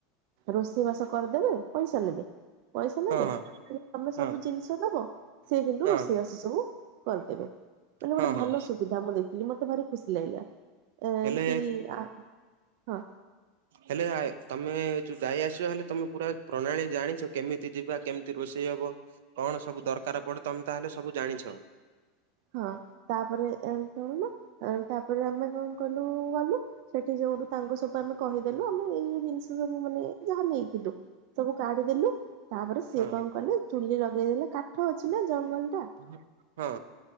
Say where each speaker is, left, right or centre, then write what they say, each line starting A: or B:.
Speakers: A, on the right (about 45°); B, on the right (about 75°).
A: ରୋଷେଇ ବାସ କରିଦେବେ। ପଇସା ନେବେ ପଇସା ନେବେ
B: ହଁ ହଁ
A: କିନ୍ତୁ ଆମେ ସ?
B: ହଁ
A: ସବୁ ଜିନିଷ ଦବ ସି କିନ୍ତୁ
B: ହଁ
A: ରୋଷେଇବାଷେଇ ସବୁ କରିଦେବେ। ମାନେ ଗୋଟେ
B: ହଁ
A: ଭଲ
B: ହଁ
A: ସୁବିଧା ମୁଁ ଦେଖିଲି ମତେ ଭାରି ଖୁସି ଲାଗିଲା ଏ
B: ହେଲେ
A: କି ଆ? ହଁ।
B: ହେଲେ ତମେ ଯଉ ଯାଇ ଆସଛ ହେଲେ ତମେ ପୁରା ପ୍ରଣାଳୀ ଜାଣିଛ କେମିତି? ଯିବା କେମିତି ରୋଷେଇ ହବ କଣ ସବୁ ଦରକାର ପଡେ ତମେ ତାହେଲେ ସବୁ ଜାଣିଛ।
A: ହଁ ତାପରେ ଏତି ଦଉନୁ ତାପରେ ଆମେ କଣ କଲୁ ଗଲୁ। ସେଠି ସବୁଠୁ ତାଙ୍କ ସବୁ ଆମେ କହିଦେଲୁ ଆମେ ଏଇ ଜିନିଷ ସବୁ ମାନେ ଯାହା ନେଇଥିଲୁ। ସବୁ କାଢିଦେଲୁ ତାପରେ ସିଏ
B: ହଁ
A: କଣ କଲେ ଚୁଲି ଲଗେଇଦେଲେ କାଠ ଅଛି ନା ଜଙ୍ଗଲ ଟା?
B: ହ ହଁ।